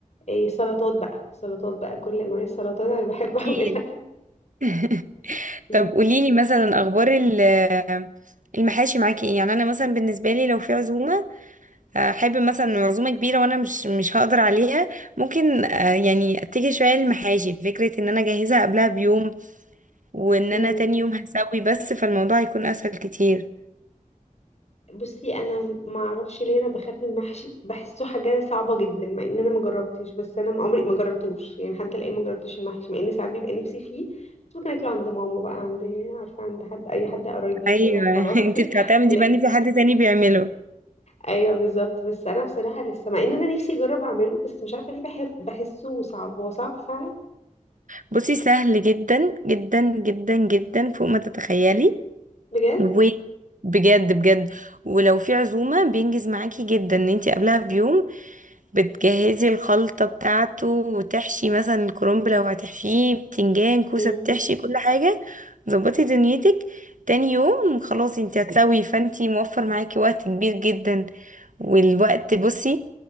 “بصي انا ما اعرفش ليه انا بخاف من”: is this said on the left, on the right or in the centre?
Left